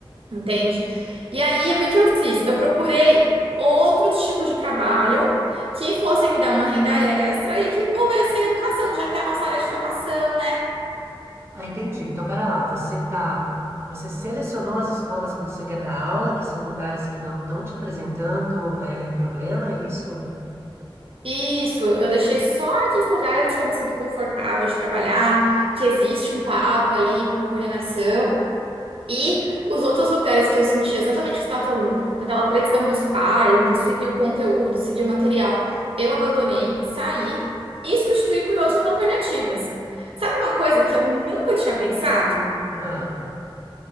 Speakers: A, on the right; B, on the right.
A: entende? E aí, o que que eu fiz? Eu procurei outros tipos de trabalho que fossem me dar uma renda extra e que envolvessem educação, já que é a nossa área de formação, né?
B: Ah, entendi. Então, pera lá, você tá, você selecionou as escolas que você quer dar aula, que são lugares que não estão te apresentando é, problema, é isso?
A: Isso, eu deixei só esses lugares que eu me sinto confortável de trabalhar, que existe um papo ali com a coordenação. E os outros lugares que eu senti exatamente o que você estava falando, aquela pressão dos pais, de seguir o conteúdo, seguir o material, eu abandonei, saí e substituí por outras alternativas. Sabe uma coisa que eu nunca tinha pensado?
B: Ah.